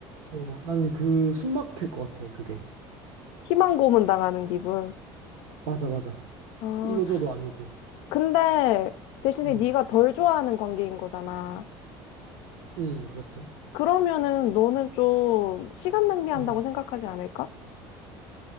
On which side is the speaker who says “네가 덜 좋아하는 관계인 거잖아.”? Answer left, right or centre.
Left